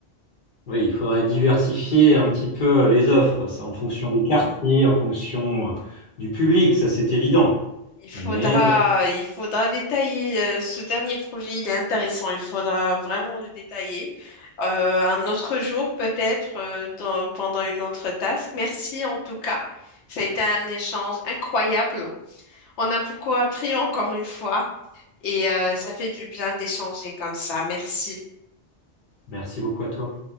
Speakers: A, on the left; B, on the left.
A: Oui, il faudrait diversifier un petit peu les offres, ça, en fonction des quartiers, en fonction euh, du public, ça c'est évident.
B: Il faudra,
A: Mais
B: il faudra détailler euh, ce dernier projet, il est intéressant, il faudra vraiment le détailler. Euh, un autre jour, peut-être, euh, dans- pendant une autre task. Merci en tout cas. Ça a été un échange incroyable. On a beaucoup appris encore une fois et euh, ça fait du bien d'échanger comme ça. Merci.
A: merci beaucoup à toi.